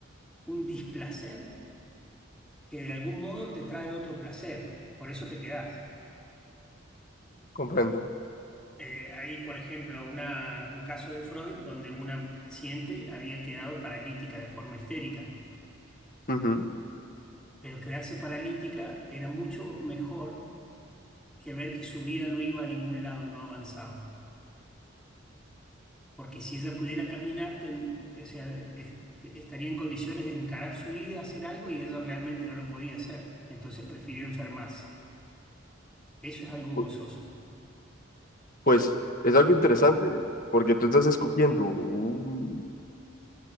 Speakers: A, in the centre; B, on the left.
A: un displacer que de algún modo te trae otro placer. Por eso te quedás.
B: Comprendo.
A: Eh, hay, por ejemplo, una- un caso de Freud donde una paciente había quedado paralítica de forma histérica.
B: Ujú.
A: Pero quedarse paralítica era mucho mejor que ver que su vida no iba a ningún lado, no avanzaba. porque si ella pudiera caminar, ten- o sea, est- estaría en condiciones de encarar su vida, hacer algo, y ella realmente no lo podía hacer. Entonces prefirió enfermarse. Eso es algo gozoso,
B: Pu- Pues es algo interesante, ¿eh? porque tú estás escogiendo un,